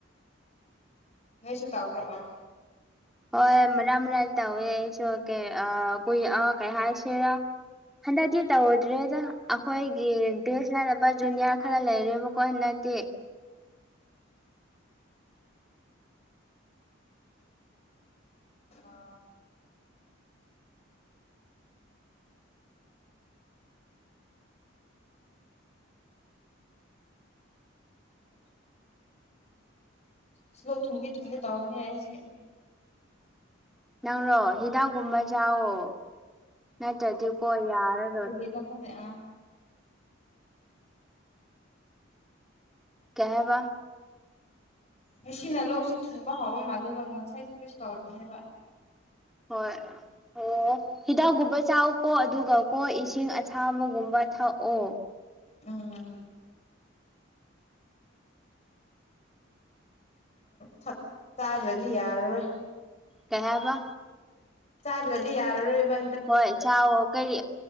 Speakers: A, on the left; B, in the centre.
A: ꯅꯣꯏꯁꯨ ꯇꯥꯎꯕ꯭ꯔꯣꯑꯣ
B: ꯍꯣꯏ ꯃꯔꯛ ꯃꯔꯛ ꯇꯧꯋꯦ ꯑꯩꯁꯨ ꯀꯦ ꯀꯨꯏ ꯑ ꯀꯩ ꯍꯥꯏꯁꯤꯔ ꯍꯟꯗꯛꯇꯤ ꯇꯧꯗ꯭ꯔꯦꯗ ꯑꯩꯈꯣꯏꯒꯤ ꯕꯦꯁꯃꯅꯕ ꯖꯨꯅꯤꯌꯥꯔ ꯈꯔ ꯂꯩꯔꯦꯕꯀꯣ ꯍꯟꯗꯛꯇꯤ
A: ꯑꯥ ꯁꯤꯂꯣꯛ ꯊꯨꯝꯒꯦ ꯊꯨꯝꯒꯦ ꯇꯥꯎꯕꯅꯦ ꯑꯩꯁꯦ
B: ꯅꯪꯔꯣ ꯍꯤꯗꯥꯛꯀꯨꯝꯕ ꯌꯥꯋꯣ ꯅꯠꯇ꯭ꯔꯗꯤꯀꯣ ꯌꯥꯔꯔꯣꯏ
A: ꯀꯗ ꯍꯣꯗꯦ ꯑ
B: ꯀꯍꯕ
A: ꯉꯁꯤꯅ ꯂꯣꯛꯁꯤ ꯊꯨꯡꯕ ꯍꯥꯎꯕ ꯃꯥꯜꯂꯦꯕ ꯉꯁꯥꯏꯒꯤ ꯀꯩꯁ ꯇꯧꯗꯕꯅꯦꯕ
B: ꯍꯣꯏ ꯑꯣ ꯍꯤꯗꯥꯛꯒꯨꯝꯕ ꯆꯥꯎꯀꯣ ꯑꯗꯨꯒ ꯀꯣ ꯏꯁꯤꯡ ꯑꯁꯥꯕꯒꯨꯝꯕ ꯊꯛꯑꯣ
A: ꯑꯥ ꯛ ꯆꯥꯗ꯭ꯔꯗꯤ ꯌꯥꯔꯔꯣꯏ
B: ꯀꯍꯕ
A: ꯆꯗ꯭ꯔꯗꯤ ꯌꯥꯔꯔ ꯑꯦꯕ
B: ꯍꯣꯏ ꯆꯥ ꯀꯔꯤ